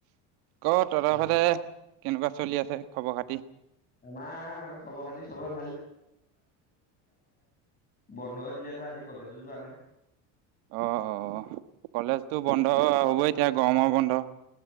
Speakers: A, on the right; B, on the left.
A: ক' তহতৰ
B: উম
A: ফালে কেনেকুৱা চলি আছে খবৰ খাতি
B: আমাৰ খবৰ খাতি চবৰে বন্ধ দিলে ধৰা আজি কলেজো যোৱা নাই
A: অ', - অ', কলেজতো বন্ধ হ'বই এতিয়া গৰমৰ বন্ধ